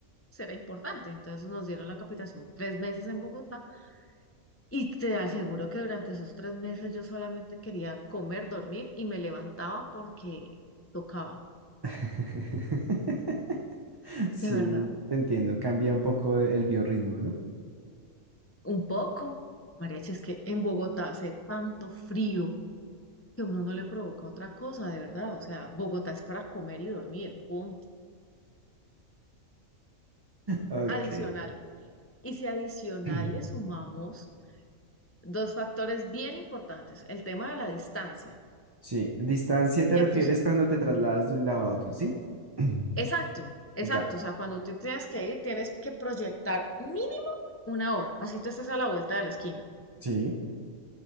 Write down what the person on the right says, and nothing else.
<laughs> Sí,
te entiendo. Cambia un poco e, el biorritmo, ¿no?
Ok.
<clears throat>
Sí, distancia te
refieres
cuando te trasladas de un lado a otro, ¿sí? <clears throat>
Ya.
Sí,